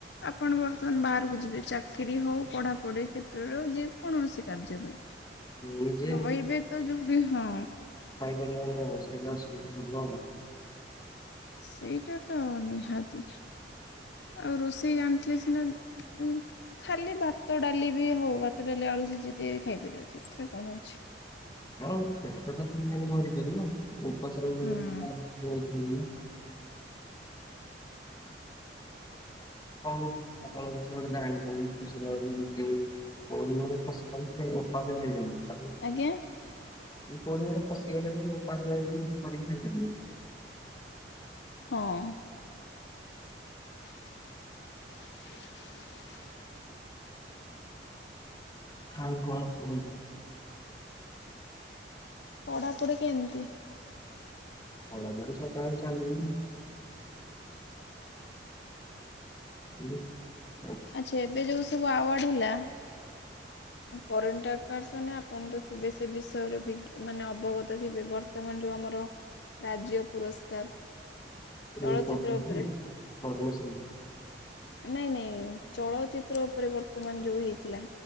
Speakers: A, on the left; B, on the left.
A: ଆପଣ ବର୍ତ୍ତମାନ ବାହାରକୁ ଯିବେ ଚାକିରୀ ହଉ ପଢାପଢି କ୍ଷେତ୍ରରେ ଯେକୌଣସି କାର୍ଯ୍ୟ ପାଇଁ
B: ନିଜେ
A: ରହିବେ ତ ଯୋଉଠି ହଁ।
B: ଖାଇପାରିବାର ଆଉ ସେଇଟା ଅସୁବିଧା ହବ ଆଉ।
A: ସେଇଟା ତ ନିହାତି। ଆଉ ରୋଷେଇ ଜାଣିଥିଲେ ସିନା ଉଁ ଖାଲି ଭାତ ଡାଲି ବି ହଉ ଭାତ ଡାଲି ଆଳୁ ସିଝେଇ ଦେଇ ଖାଇପାରିବେ ସେଥିରେ କଣ ଅଛି।
B: ହଁ ପେଟ ଟା ତ ମେନ୍ ଭରି ପାରିବ ଉପାସ <unintelligible> ବହୁତ
A: ହୁଁ।
B: ହେଇଗଲା ହଉ ଆପଣ କିଛି ଗୋଟେ ଜାଣିଛନ୍ତି ଖୁସି <unintelligible> ଗୋଟ ଖୁସି <unintelligible>
A: ଆଜ୍ଞା।
B: କୋଉଠି ଗୋଟେ ଫଶିଗଲେ ବି ଉପାସ ରହିବେନି ନିଜେ କରିକି ଖାଇ ପାରିବେ।
A: ହଁ। <inaudible>
B: ଆଉ କଣ କୁହନ୍ତୁ?
A: ପଢାପଢି କେମତି?
B: ପଢ଼ାପଢି ସକାଳୁ ଚାଲିଚି। <inaudible>
A: ଆଚ୍ଛା ଏବେ ଯୋଉ ସବୁ ଆୱାର୍ଡ ହେଲା। କରେଣ୍ଟ ଆଫେୟାର୍ସ ମାନେ ଆପଣ ତ ଥିବେ ସେ ବିଷୟରେ ଅବଗତ ଥିବେ। ବର୍ତ୍ତମାନ ଯଉ ଆମର ରାଜ୍ୟ ପୁରସ୍କାର। ଚଳଚିତ୍ର
B: ଏ ପଦ୍ମଶ୍ରୀ
A: ଉପରେ
B: ପଦ୍ମଶ୍ରୀ।
A: ନାଇଁ ନାଇଁ ଚଳଚିତ୍ର ଉପରେ ବର୍ତ୍ତମାନ ଯୋଉ ହେଇଥିଲା।